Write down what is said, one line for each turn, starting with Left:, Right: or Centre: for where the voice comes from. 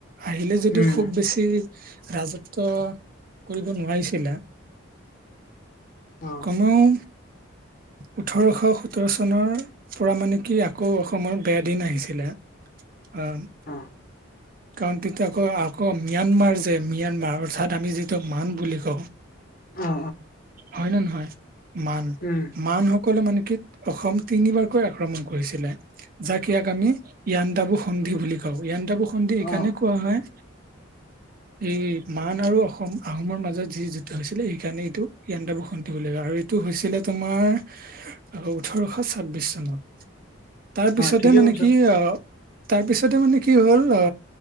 Right: আহিলে যদিও
Left: উম
Right: খুব বেছি তি ৰাজত্ব কৰিব নোৱাৰিছিলে।
Left: অ
Right: কমেও ওঠৰশ সোতৰ চনৰ পৰা মানে কি আকৌ অসমত বেয়া দিন আহিছিলে। অ'।
Left: অ'।
Right: কাৰণ তেতিয়া আকৌ আকৌ ম্যানমাৰ যে ম্যানমাৰ অৰ্থাৎ যিটো মান বুলি কওঁ।
Left: অ অ
Right: হয় নে নহয়? মান
Left: উম
Right: মানসকলে মানে কি অসম তিনিবাৰকৈ আক্ৰমণ কৰিছিলে, যাক ইয়াক আমি য়াণ্ডাবু সন্ধি বুলি কওঁ, যাণ্ডাবু সন্ধি এইকাৰণে
Left: অ
Right: কোৱা হয় এই মান আৰু অসম আহোমৰ মাজত যি যুদ্ধ হৈছিলে সেইকাৰণে এইটো য়াণ্ডাবু সন্ধি বুলি কয় আৰু এইটো হৈছিলে তোমাৰ আহ ওঠৰশ ছাব্বিশ চনত। তাৰ পিছতে
Left: হয় ঠিকে
Right: মানে
Left: কৈছা
Right: কি আহ তাৰপিছতে মানে কি হ'ল আ,